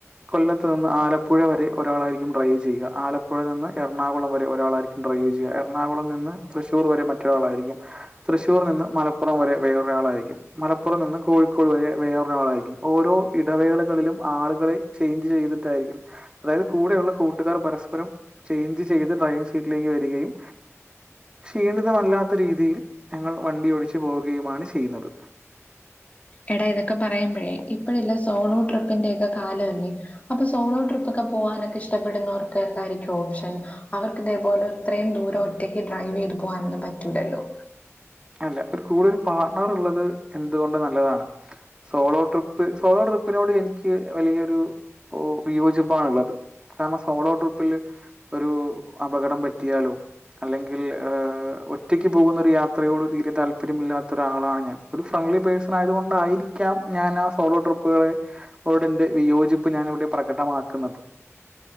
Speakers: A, on the right (about 20°); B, on the left (about 30°).
A: കൊല്ലത്ത് നിന്ന് ആലപ്പുഴ വരെ ഒരാളായിരിക്കും ഡ്രൈവ് ചെയ്യുക ആലപ്പുഴ നിന്ന് എറണാകുളം വരെ ഒരാളായിരിക്കും ഡ്രൈവ് ചെയ്യുക എറണാകുളം നിന്ന് തൃശൂർ വരെ മറ്റൊരാളായിരിക്കും തൃശൂർ നിന്ന് മലപ്പുറം വരെ വേറൊരാളായിരിക്കും മലപ്പുറം നിന്നും കോഴിക്കോട് വരെ വേറൊരാളായിരിക്കും ഓരോ ഇടവേളകളിലും ആളുകളെ ചേഞ്ച് ചെയ്തിട്ടായിരിക്കും അതായത് കൂടെയുള്ള കൂട്ടുകാർ പരസ്പരം ചേഞ്ച് ചെയ്ത് ഡ്രൈവിംഗ് സീറ്റിലേക്ക് വരികയും ക്ഷീണിതമല്ലാത്ത രീതിയിൽ ഞങ്ങൾ വണ്ടി ഓടിച്ച് പോകുക യുമാണ് ചെയ്യുന്നത്
B: എടാ ഇതൊക്കെ പറയുമ്പോഴേ ഇപ്പഴല്ല സോണോ ട്രിപ്പിന്റെ ഒക്കെ കാലമല്ലേ അപ്പൊ സോണോ ട്രിപ്പ ഒക്കെ പോവാനൊക്കെ ഇഷ്ടപ്പെടുന്നവർക്ക് എന്തായിരിക്കും ഓപ്ഷൻ അവർക്ക് ഇതേപോലെ ഇത്രയും ദൂരം ഒറ്റയ്ക്ക് ഡ്രൈവ് ചെയ്ത് പോകാനൊന്നും പറ്റൂലല്ലോ
A: അല്ല ഒരു കൂടെ ഒരു പാട്ണർ ഉള്ളത് എന്തുകൊണ്ട് നല്ലതാണ് സോളോ ട്രിപ്പ് സോളോട്രി പ്പിനോട്‌ എനിക്ക് വലിയരു വിയോജിപ്പണുള്ളത് കാരണം സോളോ ട്രിപ്പിൽ ഒരു അപകടം പറ്റിയാലോ അല്ലെങ്കിൽ ഒറ്റക്ക് പോകുന്ന യാത്ര ത്രയോട തീരെ താല്പര്യമില്ലാത്ത ഒരാളാണ് ഞാൻ ഒരു ഫ്രണ്ട്ലി പേഴ്സൺ ആയതുക കൊണ്ടായിരിക്കാം ഞാൻ ആ സോളോ ട്രിപ്പുകളെോട്റെ വിയോജിപ്പ് ഞാൻ ഇവിടെ പ്രകടമാക്കുന്നത്